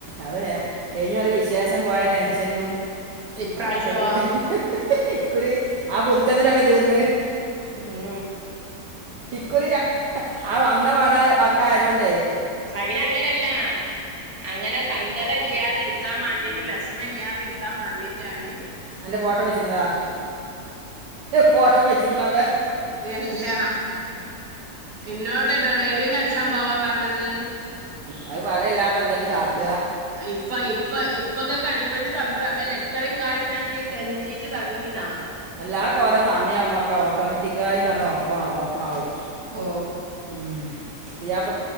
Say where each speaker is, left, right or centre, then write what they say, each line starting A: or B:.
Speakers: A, on the right (about 75°); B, on the right (about 55°).
A: അത് കഴിഞ്ഞ ഒരു വിശേഷം പോയ ടെൻഷനും
B: ഇപ്രാവശ്യോ
A: ഒക്കെ കൂട്ടി ഇകുറി ആ പുതുക്കത്തിനൊക്കെ തീർന്ന
B: ഏഹ്ഹ്
A: ഇക്കുറിയ ആ വന്ന പാടെ അതൊക്കെ ആയതൊണ്ട്
B: അയിന അങ്ങനല്ല അങ്ങനെ സങ്കടം ഇല്ലാതെ ഇരുത്താൻ വേണ്ടിട്ട് വിഷമം ഇല്ലാതെ ഇരിക്കാൻ വേണ്ടിയിട്ടാണ്
A: അന്റെ ഫോട്ടം വെച്ചിക്കണ അതാ ഫോ ട്ടം വെച്ചിക്കണ അവിടെ
B: ഇല്ല എന്നോട് ഡ്രൈവിങ് പഠിക്കാൻ പോവാൻ പറഞ്ഞത്
A: അത് പറയല്ലാതെ പ്പോ എന്താപ്പോ ഇജ്
B: ഇപ്പ ഇപ്പ ഇപ്പൊക്കൊക്കെ അനുമതി തന്നത് അതല്ല എത്രയും കാലം ഞാങ്ങനെ കെഞ്ചീട്ട് തന്നിന്നാ
A: അല്ലാ കുറെ സമയമാകുമൊക്കെ ഓട്ടോമാറ്റിക്കായിയിട്ടാണ് ഓപ്പൺ ഓപ്പൺ ആകും
B: ഓ
A: ഉം പു